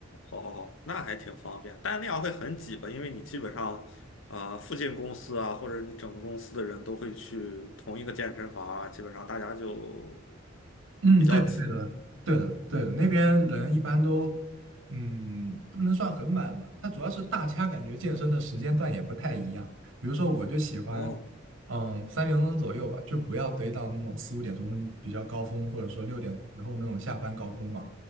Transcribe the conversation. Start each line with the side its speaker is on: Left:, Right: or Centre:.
Left: 好好，那还挺方便。但那样会很挤吧？因为你基本上，啊、附近公司啊，或者你整个公司的人都会去同一个健身房啊，基本上大家就
Right: 嗯，
Left: 比较挤。
Right: 对的，对的，对的，那边人一般都，嗯，不能算很满吧。他主要是大家感觉健身的时间段也不太一样。比如说，我就喜欢，
Left: 哦，
Right: 嗯，三点钟左右吧，就不要堆到那种四五点钟比较高峰，或者说六点以后那种下班高峰嘛，
Left: 哦，